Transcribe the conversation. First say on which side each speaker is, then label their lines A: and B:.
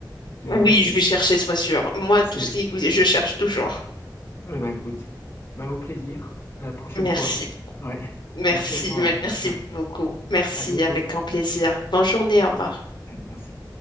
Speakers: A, on the left (about 30°); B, on the left (about 70°).
A: Tu
B: Oui,
A: verras, c'est,
B: je vais chercher, sois sûr. Moi,
A: c'est,
B: tout ce qui est cuisine, je cherche toujours.
A: Eh ben, écoute, ben, au plaisir. À la prochaine
B: Merci,
A: fois. Ouais.
B: merci,
A: Merci à toi.
B: merci
A: Ouais.
B: beaucoup. Merci,
A: À bientôt.
B: avec un plaisir. Bonne journée, au revoir.
A: Ouais, merci.